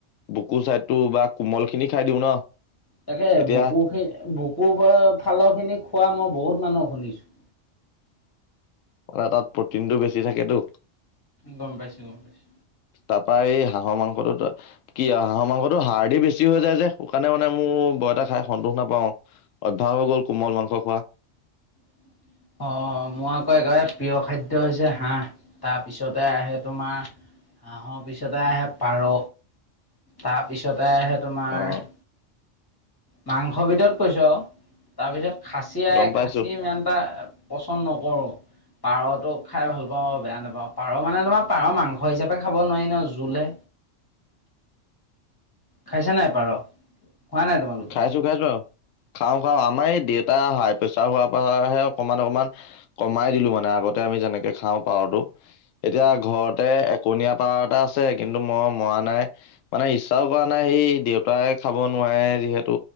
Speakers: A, on the left; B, on the left.
A: বুকু চাইডটো বা কোমল খিনি খাই দিওঁ ন
B: তাকে
A: এতিয়া
B: বুকু খিনি বুকুৰ ফা ফালৰ খিনি খোৱা মই বহুত মানুহ শুনিছোঁ
A: মানে তাত প্ৰটিন টো বেছি থাকেতো
B: গম পাইছো গম পাইছো
A: তাপা এই হাঁহৰ মাংসটোত কি আৱ হাঁহৰ মাংসটো হাৰ্ডি বেছি হৈ যায় যে সেকানে মানে মো এটা খাই সন্তোষ নাপাওঁ অভ্যাস হৈ গ'ল কোমল মাংস খোৱা
B: <inaudible> অহ মোৰ আকৌ একেবাৰে প্ৰিয় খাদ্য হৈছে হাঁহ, তাপিছতে আহে তোমাৰ হাঁহৰ পিছতে আহে পাৰ তাপিছতে আহে তোমাৰ
A: অ',
B: মাংস ভিতৰত কৈছোঁ আৱ তাপিছত খাচী আ
A: গম পাইছো
B: খাচি ইমান এটা পচন্দ নকৰোঁ। পাৰতো খাই ভাল পাওঁ বেয়া নাপাওঁ পাৰ মানে তোমাৰ পাৰ মাংস হিচাপে খাব নোৱাৰি ন জোলে। খাইছা নাই পাৰ? খোৱা নাই তোমালোকে?
A: খাইছো খাইছো আৰু। খাওঁ খাওঁ আমাৰ এই দেউতা হাই প্ৰেচাৰ হোৱাৰ পৰাহে অকমান অকমান কমাই দিলো মানে আগত। তে আমি যেনেকে খাওঁ পাৰটো এতিয়া
B: অ
A: ঘৰতে। কণীয়া পাৰ এটা আছে কিন্তু মই মৰা নাই মানে ইচ্ছাও কৰা নাই সেই দেউতাই খাব নোৱাৰা। যিহেতু